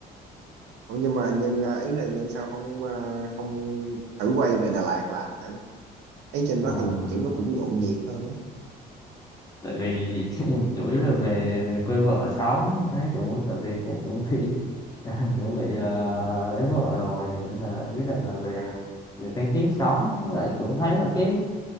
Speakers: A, on the right; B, on the left.
A: Ủa nhưng mà nhân à, ý là nhân sao không à, không thử quay về Đà Lạt làm thử. Ấy trên
B: À,
A: đó thì kiểu nó cũng nhộn nhịp hơn
B: tại vì <laughs> chủ yếu là về về quê vợ sống đấy chủ tại vì cũng chuẩn bị <laughs> chuẩn bị ờ, lấy vợ rồi nên là quyết định là về
A: ấy.
B: về Phan Thiết sống với lại cũng thấy là cái